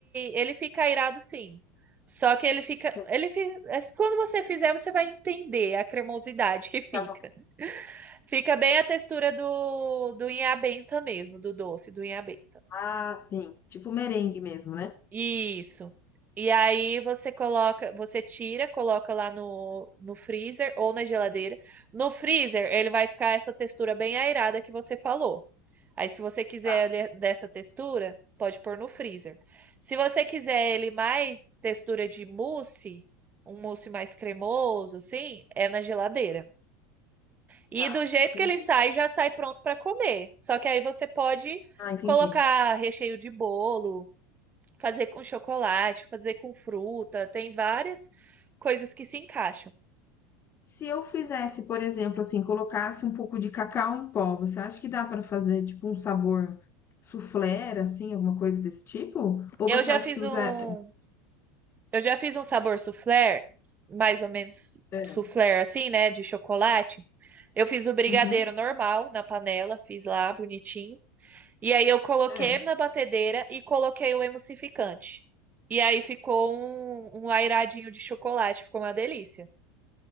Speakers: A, on the right; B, on the left.
A: ele fica irado sim. Só que ele fica,
B: certo.
A: ele fica, é, quando você fizer, você vai entender a cremosidade que fica.
B: Tá bom.
A: Fica bem a textura do do inhabenta mesmo, do doce do inhabenta.
B: Ah, sim. Tipo merengue mesmo, né?
A: Isso. E aí você coloca, você tira, coloca lá no, no freezer ou na geladeira. No freezer, ele vai ficar essa textura bem aerada que você falou. Aí, se você quiser
B: Tá,
A: ele dessa textura, pode pôr no freezer. Se você quiser ele mais textura de mousse, um mousse mais cremoso, assim, é na geladeira. E
B: tá.
A: do jeito
B: Entendi.
A: que ele sai, já sai pronto para comer. Só que aí você pode
B: Ah, entendi.
A: colocar recheio de bolo fazer com chocolate, fazer com fruta, tem várias coisas que se encaixam.
B: Se eu fizesse, por exemplo, assim, colocasse um pouco de cacau em pó, você acha que dá pra fazer, tipo, um sabor soufflé, assim, alguma coisa desse tipo? Ou
A: Eu
B: você
A: já
B: acha
A: fiz
B: que usa...
A: um, eu já fiz um sabor soufflé, mais ou menos
B: É,
A: soufflé assim, né, de chocolate. Eu fiz o brigadeiro
B: uhum,
A: normal na panela, fiz lá bonitinho. E aí eu coloquei
B: é.
A: na batedeira e coloquei o emulsificante. E aí ficou um, um lairadinho de chocolate, ficou uma delícia.